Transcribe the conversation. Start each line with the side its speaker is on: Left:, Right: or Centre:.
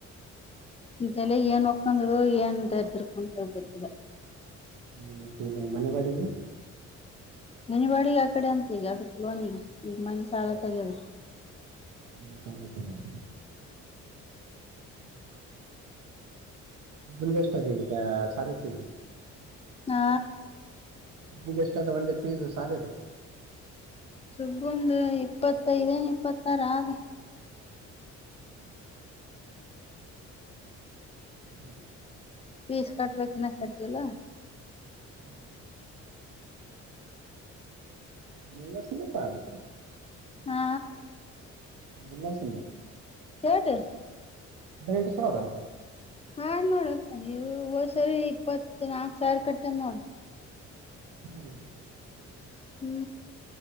Left: ದೆಲೆ ಏನ್ ಒಕ್ಕಂದ ಏನ್ ದರ್ದರ್ಕಂತ ಗೊತ್ತಿಲ್ಲ
Right: ಹೂ ಮತ್ತ ಮನೆ ಬಾಡಿಗಿ
Left: ಮೆನ ಬಾಡಿಗೆ ಆ ಕಡೆ ಅಂತ ಈಗ ಅದ ಲೋನಿಗೆ ಈಗ ಮನೆ ಸಾಲ ತಗದ
Right: ಇಲ್ಲಿ ಸಾಲ ತಾಗಲ್ಲ ಹೂ ಹ್ ಮುಂದೆ ಎಷ್ಟದೆ ಈಗ ಸಾಲತ್ತದು
Left: ನಾ
Right: ಸಿಗೆ ಎಷ್ಟ ಅದ ಒಂದೆ ಪೀಸ್ ಸಾಲೆದು
Left: ಸುಬ್ಬುಂದ ಇಪ್ಪತ್ತೈದೇನ್ ಇಪ್ಪತ್ತಾರ ಆದ
Right: ಒನ್ ಸೆಕೆಂಡ್ ಹೂ
Left: ಪೀಸ್ ಬೇಕು ಕಟ್ಟಿಲ್ಲ
Right: ಹೂ ಮೂನ್ ಬಷೆ ಪಾಡಾ
Left: ಹಾ
Right: ಭಲವಸ
Left: ಕೆಟ
Right: ಬರಿನೆಂಟು ಸಾವಿರ
Left: ಹಾ ನೋಡ್ರಿ ಹದ್ ಸರಿ ಇಪ್ಪತ್ ನಾಕ್ ಸಾವಿರ ಕಟ್ಟ ನೋಡ್
Right: ಹೂ
Left: ಹೂ